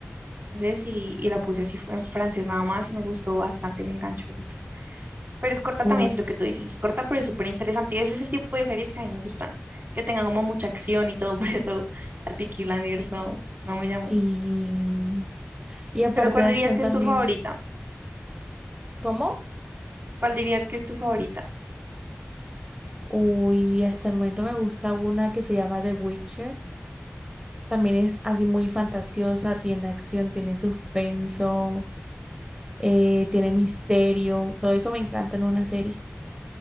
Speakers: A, on the right (about 50°); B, on the right (about 20°).
A: francés y, y la puse así en francés nada más y me gustó bastante, me enganchó mucho. Pero es corta
B: Oh,
A: también, es lo que tú dices, es corta, pero es súper interesante. Ese es el tipo de series que a mí me gustan, que tengan como mucha acción y todo, <laughs> por eso la Peaky Blinders no, no me llamó.
B: sí. Y aparte
A: Pero ¿cuál
B: de
A: dirías
B: acción
A: que
B: también.
A: es tu favorita?
B: ¿Cómo?
A: ¿Cuál dirías que es tu favorita?
B: Uy, hasta el momento me gusta una que se llama The Witcher. También es así muy fantasiosa, tiene acción, tiene suspenso, eh, tiene misterio. Todo eso me encanta en una serie.